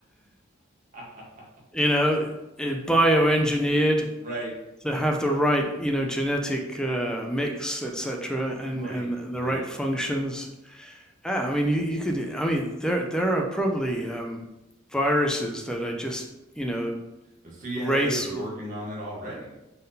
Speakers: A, on the right (about 40°); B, in the centre.
A: <laughs>
B: you know, eh, bioengineered
A: Right,
B: to have the right, you know, genetic uh, mix, etc., and
A: right,
B: and
A: right.
B: the right functions. Ah, I mean, you, you could. I mean, there there are probably um, viruses that are just, you know,
A: The CIA
B: race.
A: is working on it already.